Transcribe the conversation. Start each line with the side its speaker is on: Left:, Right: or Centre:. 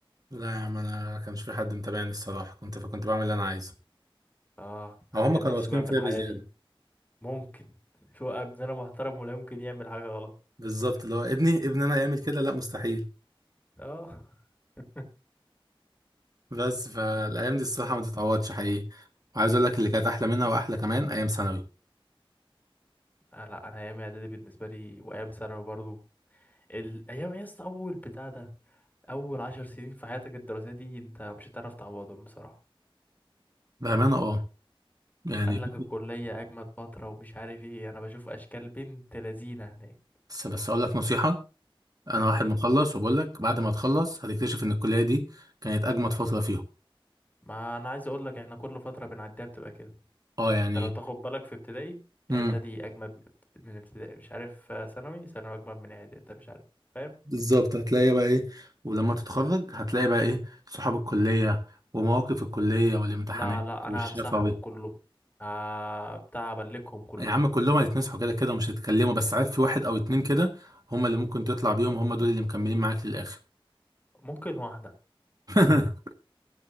Right: لا يا عم أنا كانش في حد متابعني الصراحة كنت فكنت بعمل اللي أنا عايزه
Left: اه
Right: أو
Left: أنا
Right: هما
Left: كان
Right: كانوا
Left: نفسي
Right: واثقين
Left: بقى في
Right: فيا
Left: الحياة
Right: بزيادة
Left: دي ممكن شو ابننا محترم ولا يمكن يعمل حاجة غلط
Right: بالظبط اللي هو ابني ابني أنا يعمل كده لا مستحيل
Left: اه <laughs>
Right: بس فالأيام دي الصراحة ما تتعوضش حقيقي وعايز أقول لك اللي كانت أحلى منها وأحلى كمان أيام ثانوي
Left: آه لا انا ايام اعدادي بالنسبه لي وايام ثانوي برضو الايام يا اسطى اول بتاع ده اول عشر سنين في حياتك الدراسيه دي انت مش هتعرف تعوضهم بصراحه
Right: بأمانة أه يعني
Left: قال لك الكليه اجمد فتره ومش عارف ايه انا بشوف اشكال بنت لذينه هناك
Right: بس بس أقول لك نصيحة انا واحد
Left: قول
Right: مخلص وبقول لك بعد ما تخلص هتكتشف ان الكليه دي كانت اجمد فتره فيهم
Left: ما انا عايز اقول لك احنا كل فتره بنعديها بتبقى كده
Right: اه يعني
Left: انت لو تاخد بالك في ابتدائي
Right: امم
Left: اعدادي اجمد من من ابتدائي مش عارف آه، ثانوي ثانوي اجمد من اعدادي انت مش عارف فاهم
Right: بالظبط هتلاقي بقى ايه ولما تتخرج هتلاقي بقى ايه صحاب الكليه ومواقف الكليه والامتحانات
Left: لا لا انا
Right: والشفوي
Left: همسحهم كلهم آه بتاع ابلكهم كلهم
Right: يا عم كلهم هيتمسحوا كده كده ومش هيتكلموا بس عارف في واحد او اتنين كده هم اللي ممكن تطلع بيهم هم دول اللي مكملين معاك للاخر
Left: ممكن واحده
Right: <laughs>